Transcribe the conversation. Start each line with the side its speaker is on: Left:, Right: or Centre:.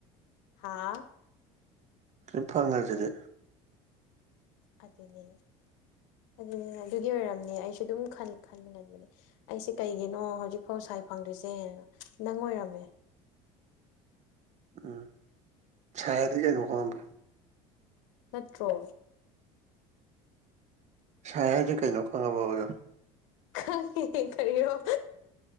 Left: ꯍꯥꯥ
Right: ꯍꯧꯖꯤꯛ ꯐꯪꯉꯁꯤꯗꯤ
Left: ꯑꯗꯨꯅꯤ ꯑꯗꯨꯅꯤ ꯑꯗꯨꯒꯤ ꯑꯣꯏꯔꯝꯅꯦ ꯑꯩꯁꯨ ꯑꯗꯨꯝ ꯈꯟꯒꯟꯕꯅꯦ ꯑꯩꯁꯦ ꯀꯩꯒꯤꯅꯣ ꯍꯧꯖꯤꯛꯐꯥꯎ ꯁꯥꯏ ꯐꯪꯗꯣꯏꯁꯦ ꯅꯪ ꯑꯣꯏꯔꯝꯃꯦ
Right: ꯎꯝ ꯁꯥꯏꯗꯤ ꯀꯩꯅꯣ ꯈꯪꯉꯕꯣ
Left: ꯅꯠꯇ꯭ꯔꯣ
Right: ꯁꯥꯏ ꯍꯥꯏꯖꯦ ꯀꯩꯅꯣ ꯈꯪꯉꯕꯕ ꯑꯗꯣ
Left: ꯈꯪꯉꯦ ꯀꯔꯤꯔꯣ